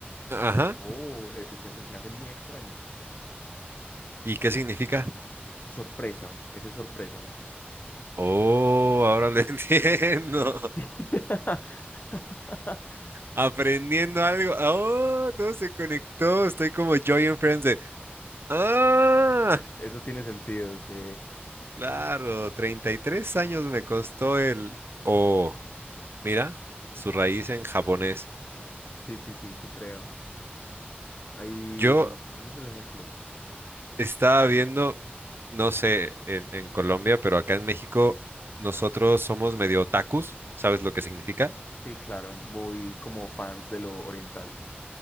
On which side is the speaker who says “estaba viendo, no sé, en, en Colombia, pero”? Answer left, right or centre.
Right